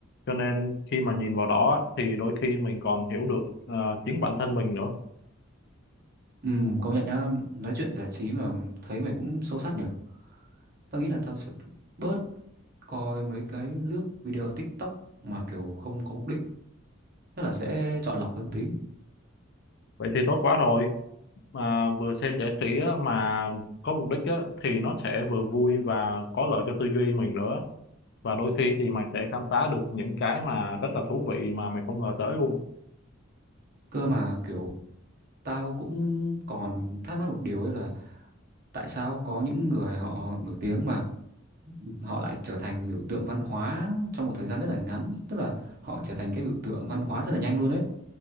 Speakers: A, on the left (about 55°); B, on the right (about 45°).
A: Cho nên khi mà nhìn vào đó á, thì đôi khi mình còn hiểu được ờ, chính bản thân mình nữa.
B: Ừ, công nhận nhá, nói chuyện giải trí mà thấy mày cũng sâu sắc nhở. Tao nghĩ là tao sẽ bớt coi mấy cái lướt video TikTok mà kiểu không có mục đích, tức là sẽ chọn lọc hơn tí.
A: Vậy thì tốt quá rồi. Mà vừa xem giải trí á, mà có mục đích á, thì nó sẽ vừa vui và có lợi cho tư duy mình nữa. Và đôi khi thì mày sẽ khám phá được những cái mà rất là thú vị mà mày không ngờ tới luôn.
B: Cơ mà kiểu tao cũng còn thắc mắc một điều ấy là tại sao có những người họ nổi tiếng mà họ lại trở thành biểu tượng văn hóa trong một thời gian rất là ngắn, tức là họ trở thành cái biểu tượng văn hóa rất là nhanh luôn ấy.